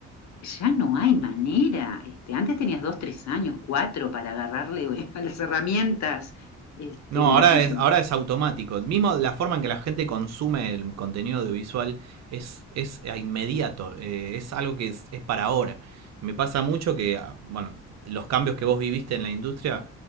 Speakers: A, on the left (about 65°); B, on the right (about 60°).
A: ya no hay manera. Este, antes tenías dos, tres años, cuatro para agarrarle eh, a las herramientas este,
B: No,
A: la
B: ahora
A: función.
B: es, ahora es automático. Mismo la forma en que la gente consume el contenido audiovisual es, es eh, inmediato, eh, es algo que es, es para ahora. Y me pasa mucho que, ah, bueno, los cambios que vos viviste en la industria,